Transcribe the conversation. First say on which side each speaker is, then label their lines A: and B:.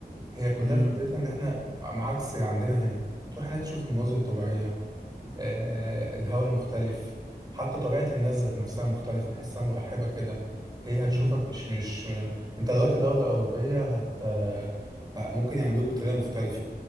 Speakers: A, on the right; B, on the right.
A: هي كلها
B: امم
A: فكرتها ان احنا عم- عكس عندنا هنا تروح هناك تشوف المناظر
B: امم،
A: الطبيعيه آه الهواء المختلف حتى طبيعه الناس ذات نفسها مختلفه تحسها مرحبه كده هي هتشوفك
B: امم.
A: مش مش انت لو رحت دوله اوروبيه هت آه، ممكن يعاملوك بطريقه مختلفه